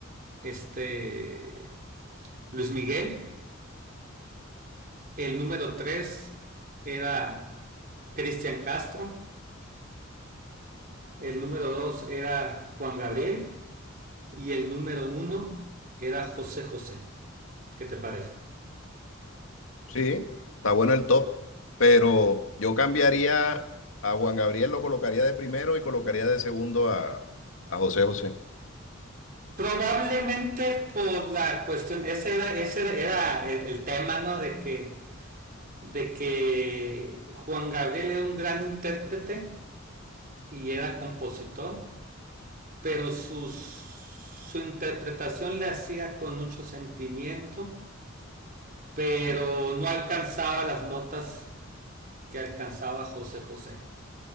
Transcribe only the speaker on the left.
Sí, está bueno el top, pero yo cambiaría a Juan Gabriel, lo colocaría de primero y colocaría de segundo a, a José José.
Sí.